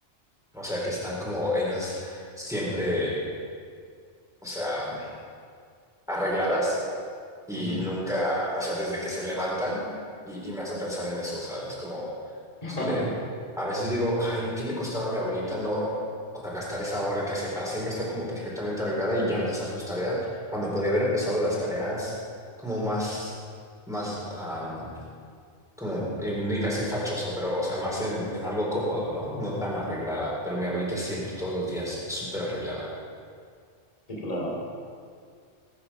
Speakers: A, in the centre; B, on the left (about 30°).
A: O sea, que están como ellas siempre, o sea, arregladas y
B: Ujú.
A: nunca, o sea, desde que se levantan y, y me hace pensar en eso, ¿sabes? Como,
B: <laughs>
A: suele, a veces digo, ay, ¿qué le costaba a mi abuelita no, o sea, gastar esa hora que hacía para siempre estar como perfectamente arreglada y ya empezar sus tareas cuando podía haber empezado las tareas como más, más, am, como, y no iba a decir fachoso, pero, o sea, más en, en algo cómodo, ¿no? No tan arreglada, pero mi abuelita siempre todos los días súper arreglada.
B: Sí, claro.